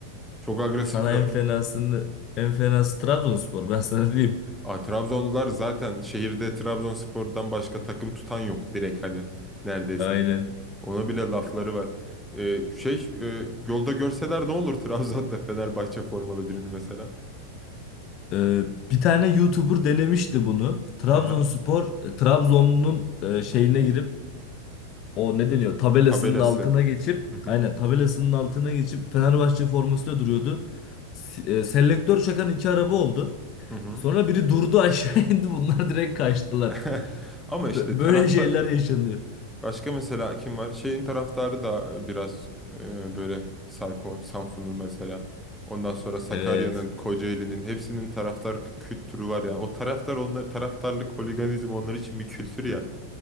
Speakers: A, in the centre; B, on the left.
A: Çok agresifler.
B: sana en fenasını en fenası Trabzonspor ben sana diyeyim.
A: Aa, Trabzonlular zaten şehirde Trabzonspor'dan başka takım tutan yok direkt hani neredeyse.
B: Aynen.
A: Ona bile lafları var. Ee, şey e, yolda görseler ne olur <laughs> Trabzon'da Fenerbahçe formalı birini mesela.
B: E, bir tane YouTuber denemişti bunu. Trabzonspor
A: Aha.
B: e, Trabzon'un e, şeyine girip o ne deniyor tabelasının
A: Tabelası.
B: altına geçip
A: Hı hı.
B: aynen tabelasının altına geçip Fenerbahçe formasıyla duruyordu. S- e, selektör çakan iki araba oldu.
A: Hı hı.
B: Sonra biri durdu <laughs> aşağı indi bunlar direkt kaçtılar.
A: <laughs> Ama işte
B: Bö-
A: tarafta
B: böyle şeyler yaşanıyor.
A: başka mesela kim var? Şeyin taraftarı da biraz e, böyle sayko Samsun'un mesela. Ondan sonra Sakarya'nın,
B: Evet
A: Kocaeli'nin hepsinin taraftar kültürü var ya. O taraftar onlar taraftarlık, holiganizm onlar için bir kültür ya.